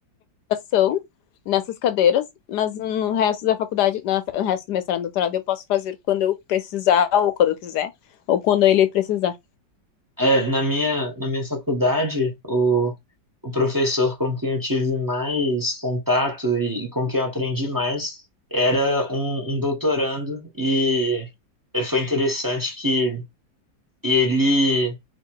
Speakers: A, on the left (about 70°); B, on the right (about 15°).
A: graduação nessas cadeiras, mas no resto da faculdade, no resto do mestrado e doutorado, eu posso fazer quando eu precisar, ou quando eu quiser, ou quando ele precisar.
B: É, na minha, na minha faculdade, o, o professor com quem eu tive mais contato e, e com quem eu aprendi mais era um, um doutorando, e eh, foi interessante que ele